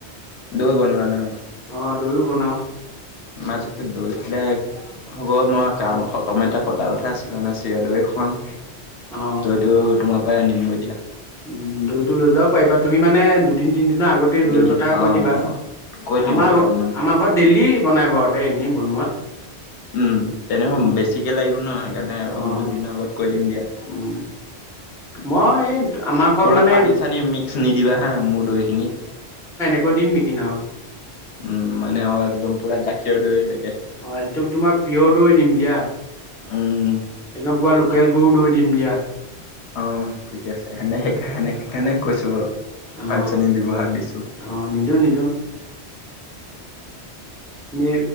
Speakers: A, on the left (about 75°); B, in the centre.
A: দৈ বনোৱা ন?
B: অঁ দৈও বনাওঁ।
A: মাজত দৈ পেল হ'ব মই কাম সকম এটা পতা কথা আছিল মানে চিৰা দৈৰ। খুৱাম দৈতটো
B: অঁ।
A: তোমাৰ পৰা আনিমগৈ দিয়া।
B: উ দৈতটো লৈ যাব পাৰিবা তুমি মানে দুদিন। তিনিদিনৰ আগতেই দৈ
A: দুদিন
B: কথা
A: অ
B: কৈ দিবা,
A: কৈ দিম
B: আমাৰ
A: কৈ
B: ঘ
A: দিম
B: আমাৰ ঘৰত ডেইলি বনাই বাৰুতে এনেই বনোৱাত।
A: উম তেনেহ
B: তোমাৰ
A: বেছিকে লাগিব নহয়। সেইকাৰণে
B: অঁ
A: অ দুদিনৰ আগত কৈ দিম দিয়া।
B: উম মই এই আমাৰ ঘৰত
A: পুৰা
B: মানে
A: পানী চানী মিক্স নিদিবা হা মোৰ দৈ খিনি।
B: আকৌ দিম নেকি ন।
A: উম! মানে হয় একদম পুৰা গাখীয়ৰ দৈ লাগে
B: অ- একদম তোমাক পিয়ৰ দৈ দিম দিয়া
A: উম
B: একদম পোৱা ল কেলকো দৈ দিম দিয়া
A: অ ঠিকে আছে সেনে সেইকাৰে সেনে সেইকাৰণে কৈছো বাৰু
B: অঁ
A: পালচনী দিৱহাক দিছোঁ
B: অঁ নিদিওঁ নিদিওঁ এ